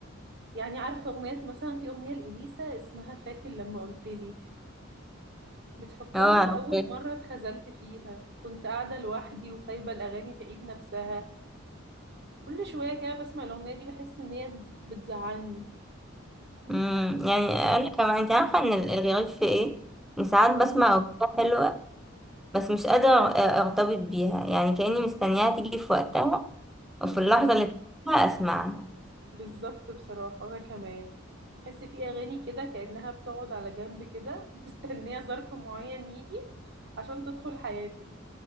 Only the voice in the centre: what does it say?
اه
اوكي
أمم. يعني انا كمان انت عارفة ان ال- الغريب في ايه؟ ان ساعات
بسمع أغنية حلوة بس مش قادرة أ- ارتبط بيها يعني كأني مستنياها تيجي في وقتها وفي
اللحظة اللي تحبها اسمعها